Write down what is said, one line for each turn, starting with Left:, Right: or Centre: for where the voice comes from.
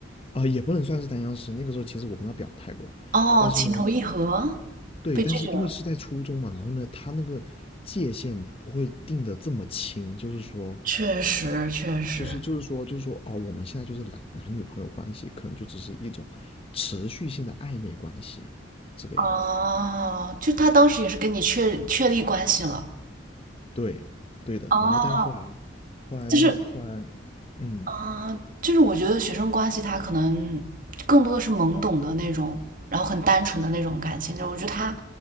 Left: 啊、也不能算是单相思。那个时候其实我跟他表态过，
Right: 哦，
Left: 但是呢，
Right: 情投意合，
Left: 对，
Right: 被拒绝了。
Left: 但是因为是在初中嘛，然后呢，他那个界限不会定的这么清，就是说，
Right: 确实，确实。
Left: 就是就是说，就是说，哦，我们现在就是男男女朋友关系，可能就只是一种持续性的暧昧关系，这个样子。
Right: 哦，就他当时也是跟你确确立关系了。
Left: 对，对的。
Right: 哦，
Left: 然后但后来，后来那个后来，
Right: 就是
Left: 嗯，
Right: 啊、呃就是我觉得学生关系它可能更多的是懵懂的那种，然后很单纯的那种感情。就是我觉得它